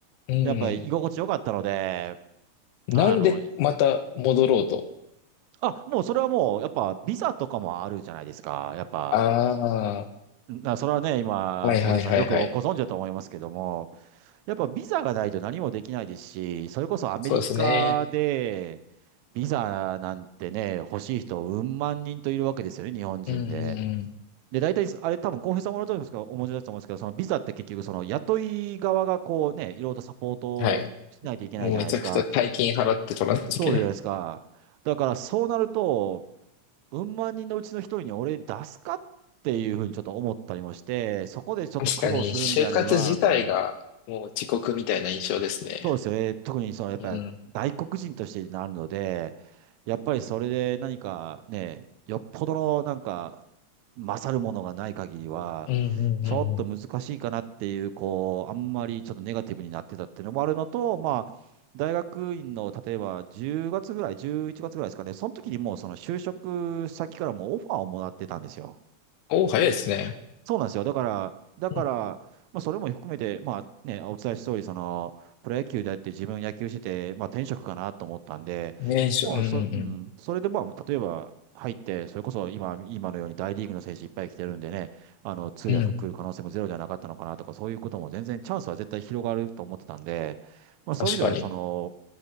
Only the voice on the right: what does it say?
やっぱり居心地良かったので、
あの、あ、もうそれはもう、やっぱビザとかもあるじゃないですか。やっぱ、
な、それはね、今、
浩平さんよくご存知だと思いますけども、やっぱビザがないと何もできないですし、それこそアメリカで、
ビザなんてね、欲しい人、うん万人といるわけですよね、日本人で。
で、大体、あれ多分、浩平さんもらうと思いますけど、お持ちだと思うんですけど、そのビザって結局、その雇い側がこうね、いろいろとサポートをしないといけないじゃないですか。
そうじゃないですか。だから、そうなると、うん万人のうちの一人に俺出すかっていうふうにちょっと思ったりもして、そこでちょっと苦労するんであれば、
うんそうですよね。特にそのやっぱり外国人としてなるので、
やっぱりそれで何かね、よっぽどのなんか勝るものがない限りは、
ちょっと難しいかなっていう、こう、あんまりちょっとネガティブになってたっていうのもあるのと、まあ、大学院の例えば10月ぐらい、11月ぐらいですかね、その時にもうその就職先からもうオファーをもらってたんですよ。
そうなんですよ。だから、だから、
まあ、それも含めて、まあね、お伝えした通り、その、プロ野球であって自分野球してて、まあ転職かなと思ったんで、
もうそ、
うん、それでまあ、例えば入って、それこそ今、今のように大リーグの選手いっぱい来てるんでね、あの、通訳来る可能性もゼロではなかったのかなとか、
そういうことも全然チャンスは絶対広がると思ってたんで、まあそういう意味では、
その、